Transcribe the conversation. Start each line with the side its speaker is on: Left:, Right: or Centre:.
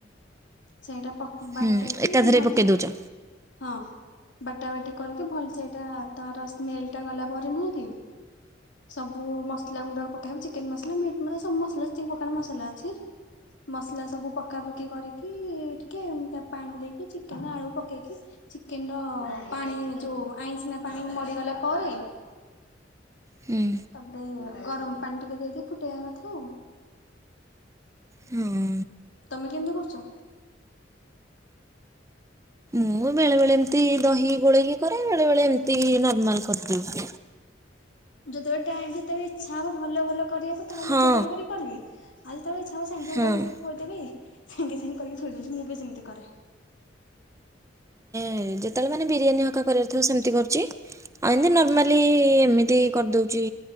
Left: ସେଇଟା ପାକ ବାଟେଇକି
Right: ହୁଁ ଏକାଥରେ
Left: ଭଲ
Right: ପକେଇ
Left: ସେ
Right: ଦଉଛ
Left: ହଁ ବାଟା ବାଟି କରିକି ଭଲସେ ଏଇଟା। ତାର ସ୍ମେଲ ଟା ଗଲା ପରେ ନୁହେଁ କି। ସବୁ ମସଲା ଗୁଣ୍ଡା ପକାହବ ଚିକେନ ମସଲା ମିଟ୍ ସବୁ ମସଲା ଯେତିକି ପ୍ରକାର ମସଲା ଅଛି। ମସଲା ସବୁ ପକାପକି କରିକି ଟିକେ ତା ପାଣି ଦେଇକି ଚିକେନ ଆଳୁ ପକେଇକି। ଚିକେନ ର ପାଣି ଯୋଉ ଆଇଁସିଣିଆ ପାଣି ମରିଗଲା ପରେ।
Right: ହୁଁ
Left: ତାପରେ ଗରମ ପାଣି ଟିକେ ଦେଇକି ଫୁଟେୟା କଥା ଆଉ।
Right: ହଁ।
Left: ତମେ କେମତି କରୁଛ।
Right: ମୁଁ ବେଳେ ବଳେ ଏମିତି ଦହି ଗୋଳେଇକି କରେ ବେଳେ ବଳେ ଏମିତି
Left: ହୁଁ
Right: ନର୍ମାଲ। କରିଦଉଚି।
Left: ଯେତେବେଳେ ଟାଇମ ଯେତେବେଳେ ଇଛା ହବ ଭଲ ଭଲ କରିବାକୁ ତାହେଲେ
Right: ହଁ
Left: ଦହି କରି କରିବି। ଆଉ ଯେତେଳେ ଇଚ୍ଛା ହବ ସାଙ୍ଗ ସାଙ୍ଗ
Right: ହଁ।
Left: କରିକି ଥୋଇଦେବି ସାଙ୍ଗେ ସାଙ୍ଗେ କରିକି ଥୋଇ ଦଉଚି ମୁଁ ବି ସେମିତି କରେ।
Right: ଏ ଯେତେ ବେଳେ ମାନେ ବିରିୟାନୀ ହକା କରିବାର ଥିବ ସେମିତି କରୁଛି। ଆଉ
Left: ହଁ
Right: ଏମତି ନର୍ମାଲି ଏମିତି କରିଦଉଚି